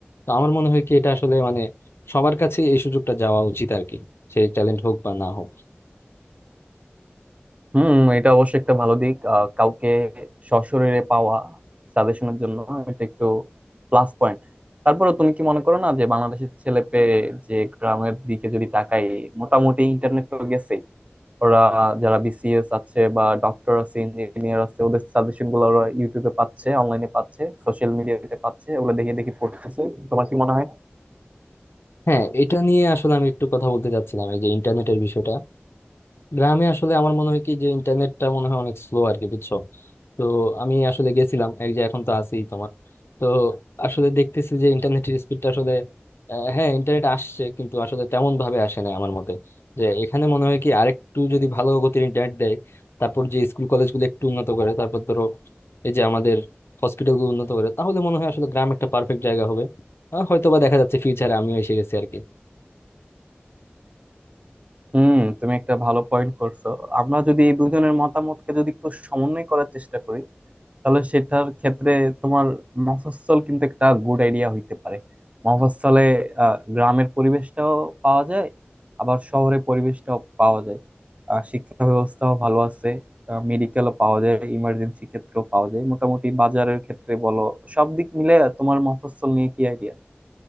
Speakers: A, on the left; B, on the right.
A: তো আমার মনে হয় কি এটা আসলে মানে সবার কাছে এই সুযোগটা যাওয়া উচিত আর কি সেই ট্যালেন্ট হোক বা না হোক
B: হুম এটা অবশ্যই একটা ভালো দিক আহ, কাউকে সশরীরে পাওয়া সাজেশনের জন্য এটা একটু প্লাস পয়েন্ট তারপরে তুমি কি মনে করো না যে বাংলাদেশের ছেলে পেয়ে যে গ্রামের দিকে যদি তাকাই মোটামুটি ইন্টারনেট তো গেছেই ওরা যারা বিসিএস আছে বা ডক্টর আছে ইঞ্জিনিয়ার আছে ওদের সাজেশন গুলো ওরা ইউটিউবে পাচ্ছে অনলাইনে পাচ্ছে সোশ্যাল মিডিয়াতে পাচ্ছে ওগুলো দেখে দেখে পড়তেছে তোমার কি মনে হয়
A: হ্যাঁ এটা নিয়ে আসলে আমি একটু কথা বলতে চাচ্ছিলাম এই যে ইন্টারনেটের বিষয়টা গ্রামে আসলে আমার মনে হয় কি যে ইন্টারনেটটা মনে হয় অনেক স্লো আর কি বুঝছো তো আমি আসলে গেছিলাম এক যে এখন তো আছি তোমার তো আসলে দেখতেছি যে ইন্টারনেটের স্পিডটা আসলে আহ, হ্যাঁ ইন্টারনেট আসছে কিন্তু আসলে তেমন ভাবে আসে না আমার মতে যে এখানে মনে হয় কি আরেকটু যদি ভালো গতির ইন্টারনেট দেয় তারপর যে স্কুল কলেজগুলো একটু উন্নত করে তারপর ধরো এই যে আমাদের হসপিটালগুলো উন্নত করে তাহলে মনে হয় আসলে গ্রাম একটা পারফেক্ট জায়গা হবে আহ, হয়তো বা দেখা যাচ্ছে ফিউচারে আমিও এসে গেছি আর কি
B: হুম তুমি একটা ভালো পয়েন্ট করছো আমরা যদি এই দুজনের মতামতকে যদি একটু সমন্বয় করার চেষ্টা করি তাহলে সেটার ক্ষেত্রে তোমার মফস্বল কিন্তু একটা গুড আইডিয়া হইতে পারে মফস্বলে আহ, গ্রামের পরিবেশটাও পাওয়া যায় আবার শহরে পরিবেশটাও পাওয়া যায় আহ, শিক্ষা ব্যবস্থাও ভালো আছে মেডিকেলও পাওয়া যায় ইমার্জেন্সি ক্ষেত্রেও পাওয়া যায় মোটামুটি বাজারের ক্ষেত্রে বলো সব দিক মিলে তোমার মফস্বল নিয়ে কি আইডিয়া